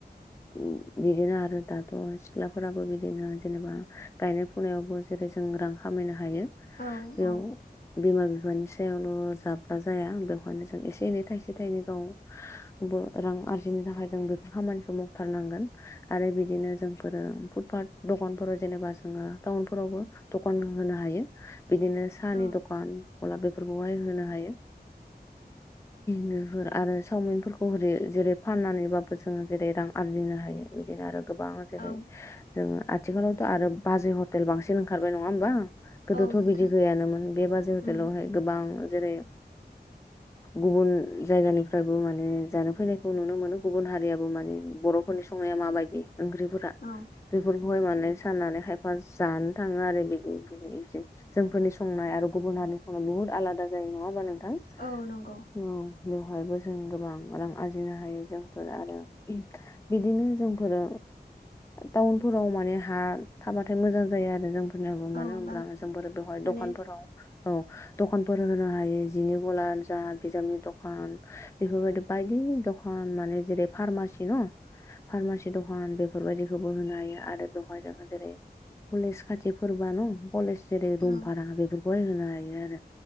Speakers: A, on the left; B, on the left.
A: उम बिदिनो आरो दाथ' सिख्लाफोराबो बिदिनो जेनेबा गायनाय फुनायावबो जेरै जों रां खामायनो हायो।
B: औ
A: बेयाव
B: औ
A: बिमा बिफानि सायावल' जाब्ला जाया बे <unintelligible> एसे एनै थाइसे थाइनै गावबो रां आरजिनो थाखाय जों बेफोर खामानिखौ माव। थारनांगोन आरो बिदिनो जोंफोरो फुटपाट दखानफोराव जेनेबा जोङो टाउनफोरावबो दखान होनो हायो बिदिनो साहानि
B: औ
A: दखान गलाप बेफोरखौहाय होनो हायो। बेफोर आरो सावमिनफोरखौ होरै जेरै फाननानैबाबो जोङो जेरै रां आरजिनो हायो। बेदिनो आरो गोबां जेरै
B: औ
A: जोंङो आथिखालावथ' आरो बाजै हटेल बांसिन ओंखारबाय नङा होमबा गोदोथ'
B: औ नोंथां
A: बिदि गैयानोमोन बे बाजै हटेलावहाय
B: उम
A: गोबां जेरै
B: <inaudible>
A: गुबुन जायगानिफ्रायबो माने जानो फैनायखौ नुनो मोनो गुबुन हारियाबो माने बर' खरनि संनाया माबायदि ओंख्रिफोरा
B: औ
A: बेफोरखौहाय माने साननानै खायफा जानो थाङो आरो बिदि <unintelligible> जोंफोरनि संनाय आरो गुबुन हारिनि संनाय बहुद आलादा जायो नङा होमबा नोंथां।
B: औ नंगौ।
A: ओं बेवहायबो जों गोबां रां आरजिनो हायो जोंफोर आरो <unintelligible> बिदिनो जोंफोरो टाउनफोराव माने हा थाबाथाय मोजां जायो आरो जों होन्नाय अबाव मानो
B: औ
A: होनब्ला
B: बां
A: जों बोरै बेवहाय
B: माने
A: दखानफोराव औ दखानफोर होनो हायि जिनि गल जा बिजाबनि दखान बेफोरबायदि बायदि दखान माने जेरै फारमासि न'
B: <inaudible>
A: फारमासि दखान बे बेफोरबायदिखौबो होनो हायो आरो बेवहाय जोंङो जेरै कलेज खाथि फोरबो न कलेज जेरै रुम
B: औ
A: भारा बेफोरखौहाय होनो हायो